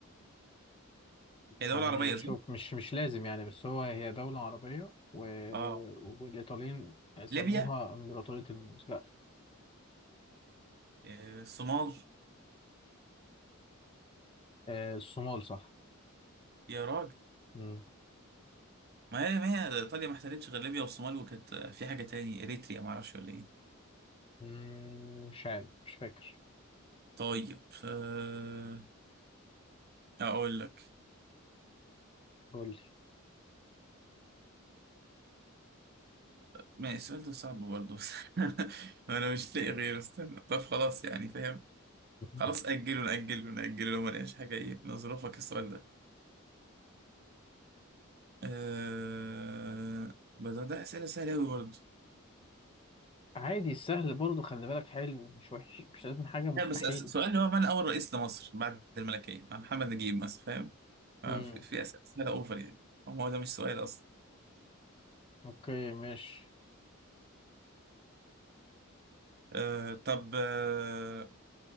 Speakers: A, on the right (about 50°); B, on the left (about 25°).
A: هي دولة
B: يعني
A: عربية
B: شوف
A: صح؟
B: مش مش لازم يعني بس هو هي دولة عربية و...
A: اه
B: والإيطاليين سموها
A: ليبيا
B: إمبراطورية الموز لا
A: آه، الصومال
B: آه، الصومال صح
A: يا راجل
B: مم.
A: ما هي ما هي ايطاليا ما احتلتش غير ليبيا والصومال وكانت آه، في حاجة تاني اريتريا ما اعرفش ولا ايه
B: مم، مش عارف مش فاكر
A: طيب أه... اقول لك
B: قول
A: ما السؤال ده صعب برضه بس <laughs> انا مش لاقي غيره استنى طب خلاص يعني فاهم
B: لي
A: خلاص اجله ناجله ناجله لو ما لقيناش حاجه ايه نظروفك السؤال ده أه... بس ده اسئله سهله قوي برضه
B: عادي السهل برضه خلي بالك حلو مش وحش مش لازم حاجة مستحيل
A: لا بس أس- سؤال هو من اول رئيس لمصر بعد الملكيه مع محمد نجيب مثلا فاهم آه،
B: امم
A: في في اسئله سهله اوفر يعني هو ده مش سؤال اصلا
B: اوكي ماشي
A: أه... طب أه...